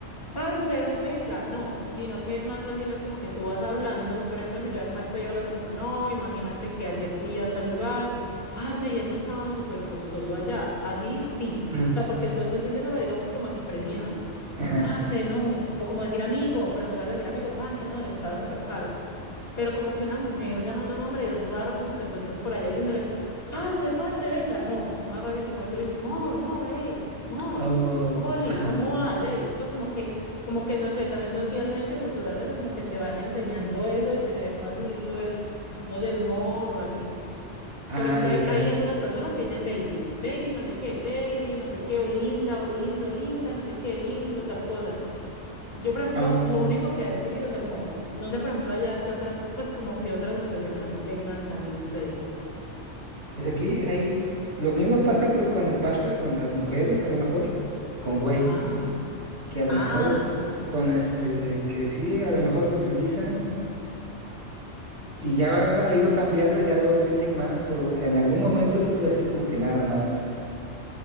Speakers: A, on the left; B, on the right.
A: Parce, o venga, no, sino que más fácil es como que tú vas hablando, por ejemplo, si yo acá estoy hablando como, no, imagínate que ayer fui a tal lugar, parce, y eso estaba súper costoso allá, así sí,
B: mm,
A: o sea, porque tú estás diciéndolo, digamos, como expresión,
B: ajá.
A: como, parce, no, o como decir amigo, pero en lugar de decir amigo, parce, no, estaba súper caro, pero como que una mujer llamando a un hombre es raro como que tú estás por allá diciéndole, parce, parce, venga, no, más fácil como que tú le dices, mor, mor, hey, mor,
B: Oh,
A: Oli,
B: ajá.
A: ¿cómo vas? Hey? Pues como que, como que no sé, también socialmente o culturalmente como que te van enseñando eso de que se ve más lindo el, no sé, el mor o así.
B: Ay,
A: Por ejemplo,
B: ay,
A: hay, hay
B: ay.
A: algunas personas que dicen baby, baby no sé qué, baby no sé qué, o linda, o lindo, linda, no sé qué, lindo, tal cosa. Yo, por ejemplo,
B: Oh,
A: lo único que he adquirido es el mor. No sé, por ejemplo, allá qué otras, pues como que otras expresiones así tengan también ustedes.
B: pues aquí hay, lo mismo pasa creo con el parse, con las mujeres a lo mejor, con güey,
A: Ah,
B: que a lo
A: ah,
B: mejor
A: está
B: eh,
A: bien.
B: con este, que sí, a lo mejor lo utilizan y ya va- ha ido cambiando, ya lo dicen más, pero en algún momento sí fue así como que nada más